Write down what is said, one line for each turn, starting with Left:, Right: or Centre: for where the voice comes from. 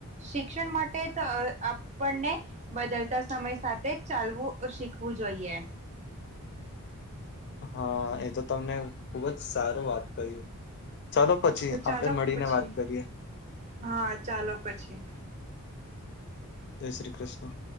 Right: શિક્ષણ માટે તો આપને બદલતા સમય સાથે ચાલવું, શીખવું જોઈએ.
Left: હા એ તો તમને ખુબ જ સારું વાત કર્યું. ચાલો, પછી
Right: તો
Left: આપડે
Right: ચાલો
Left: મળીને
Right: પછી
Left: વાત કરીએ.
Right: હા ચાલો પછી
Left: જય શ્રી કૃષ્ણ.